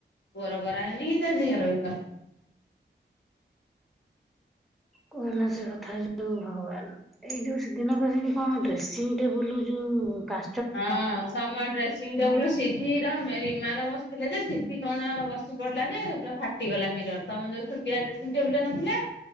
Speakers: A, on the left; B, in the centre.
A: ପୂଅର କରାହେଇନି କି ତା ଝିଅରବି କରାହେଇନି। <inaudible>
B: କୁହନା ସେ କଥା ଯୋଉ ଭଗବାନ୍। ଏଇ ଯୋଉ ସେଦିନ କହେଲେନି କଣ ଡ୍ରେସିଂ ଟେବୁଲ ଯୋଉ କା
A: ହଁ ସମନ ଡ୍ରେସିଂଙ୍ଗି। ଟେବୁଲ ସିଧି ର ମେ ରିମାର ବସିଥିଲେ ଯେ ସିଧି କଣ ବସି ପଡିଲା ଯେ ପୁରା ଫା ଫାଟିଟି ଗଲା ମିରର ତମର ଯୋଉ ଛୋଟିଆ ଡ୍ରେସିଂଟେବୁଲ ଟା ନଥିଲା